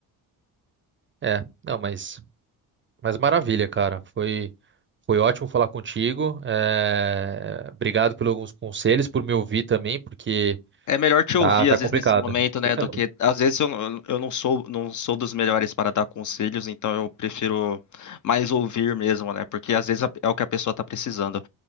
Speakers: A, on the right; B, on the left.
A: É, não, mas, mas maravilha, cara. Foi, foi ótimo falar contigo. eh, obrigado por alguns conselhos, por me ouvir também, porque
B: É melhor te
A: tá,
B: ouvir
A: tá
B: às
A: complicado,
B: vezes nesse momento, né?
A: <laughs>
B: Do que às vezes eu, não- eu não sou não sou dos melhores para dar conselhos, então eu prefiro mais ouvir mesmo, né? Porque às vezes é o que a pessoa está precisando.